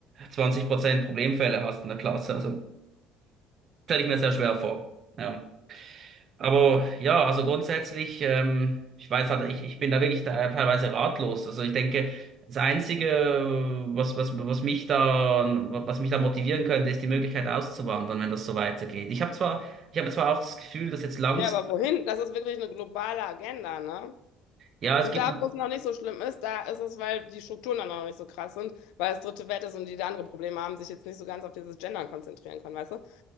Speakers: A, on the right; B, on the left.
A: 20% Problemfälle hast in der Klasse, also stelle ich mir sehr schwer vor. Ja. Aber ja, also grundsätzlich, ähm, ich weiß halt, ich, ich bin da wirklich da, teilweise ratlos. Also ich denke, das Einzige, was, was, was mich da, was mich da motivieren könnte, ist die Möglichkeit auszuwandern, wenn das so weitergeht. Ich habe zwar, ich habe zwar auch das Gefühl, dass jetzt langsam,
B: Ja, aber wohin? Das ist wirklich eine globale Agenda, ne?
A: ja, es
B: Und
A: gibt
B: da, wo es noch nicht so schlimm ist, da ist es, weil die Strukturen dann noch nicht so krass sind, weil es dritte Welt ist und die da andere Probleme haben, sich jetzt nicht so ganz auf dieses Gendern konzentrieren können, weißt du?